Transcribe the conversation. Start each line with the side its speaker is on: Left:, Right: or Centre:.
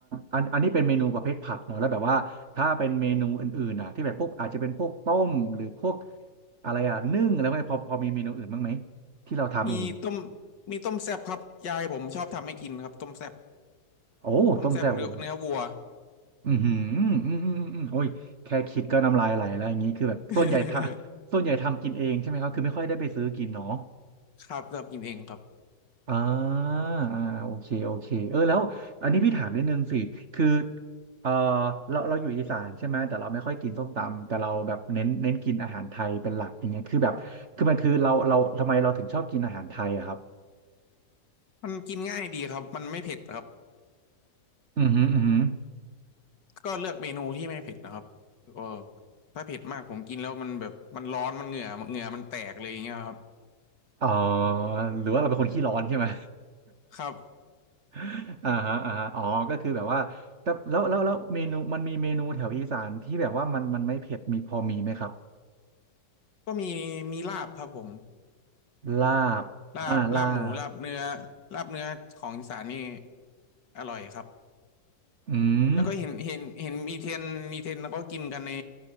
Right: อันอันนี้เป็นเมนูประเภทผัดเนาะแล้วแบบว่าถ้าเป็นเมนูอื่นๆอ่ะที่แบบพวกอาจจะเป็นพวกต้มหรือพวกอะไรอ่ะนึ่งอะไรพวกนี้พอพอมีเมนูอื่นบ้างไหมที่เราทำเอง
Left: มีต้มมีต้มแซ่บครับยายผมชอบทำให้กินครับต้มแซ่บ
Right: โอ้ต้มแซ่บโอ้
Left: ต้มแซ่บเนื้อเนื้อวัว
Right: อือหืออืมอืมอืมอืมโอ้ยแค่คิดก็น้ำลายไหลแล้วอย่างนี้คือแบบส่วนใหญ่ทำส่วนใหญ่ทำกินเองใช่ไหมครับคือไม่ค่อยได้ไปซื้อกินเนาะ
Left: <laughs> ครับชอบกินเองครับ
Right: อ่าอ่าโอเคโอเคเออแล้วอันนี้พี่ถามนิดนึงสิคือเออเราเราอยู่อีสานใช่ไหมแต่เราไม่ค่อยกินส้มตำแต่เราแบบเน้นเน้นกินอาหารไทยเป็นหลักอย่างเงี้ยคือแบบคือมันคือเราเราทำไมเราถึงชอบกินอาหารไทยอะครับ
Left: มันกินง่ายดีครับมันไม่เผ็ดครับ
Right: อือหืออือหือ
Left: ก็เลือกเมนูที่ไม่เผ็ดนะครับก็ถ้าเผ็ดมากผมกินแล้วมันแบบมันร้อนมันเหงื่อเหงื่อมันแตกเลยอย่างเงี้ยครับ
Right: อ๋อหรือว่าเราเป็นคนขี้ร้อนใช่ไหม
Left: ครับ
Right: <laughs> อ่าฮะอ่าฮะอ๋อก็คือแบบว่าแต่แล้วแล้วแล้วเมนูมันมีเมนูแถวอีสานที่แบบว่ามันมันไม่เผ็ดมีพอมีไหมครับ
Left: ก็มีมีลาบครับผม
Right: ลาบอ่าลาบ
Left: ลาบลาบหมูลาบเนื้อลาบเนื้อของอีสานนี่อร่อยครับ
Right: อืม
Left: แล้วก็เห็นเห็นเห็นมีเทรนด์มีเทรนด์เขากินกันใน